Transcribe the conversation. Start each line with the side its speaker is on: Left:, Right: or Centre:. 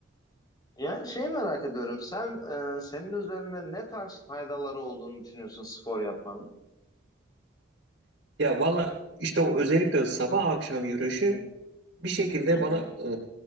Left: Yani şey merak ediyorum. Sen e, senin üzerinde ne tarz faydaları olduğunu düşünüyorsun spor yapmanın?
Right: Ya valla işte o özellikle sabah akşam yürüyüşü bir şekilde
Left: Hı hı.
Right: bana e,